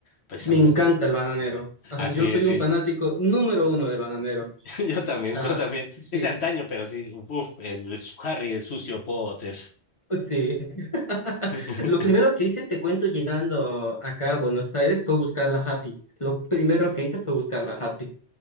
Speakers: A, on the left; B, on the left.
A: precisamente
B: me encanta
A: como...
B: el bananero. Ajá,
A: Así
B: yo soy
A: es, sí.
B: un fanático número
A: <laughs>
B: uno del bananero.
A: Yo también,
B: Ah,
A: tú también.
B: sí,
A: Es de antaño, pero sí. Uf, el Harry, el sucio Potter.
B: sí. <laughs>
A: <laughs>
B: Lo primero que hice, te cuento, llegando acá a Buenos Aires fue buscar la Happy. Lo primero que hice fue buscar la Happy.